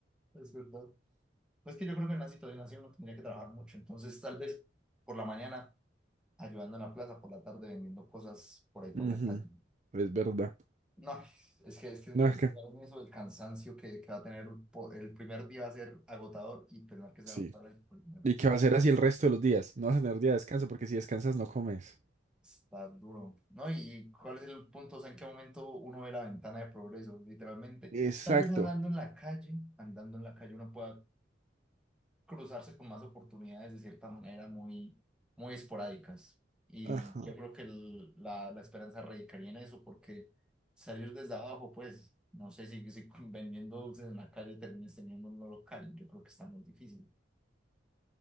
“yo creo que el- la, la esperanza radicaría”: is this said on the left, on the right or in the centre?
Centre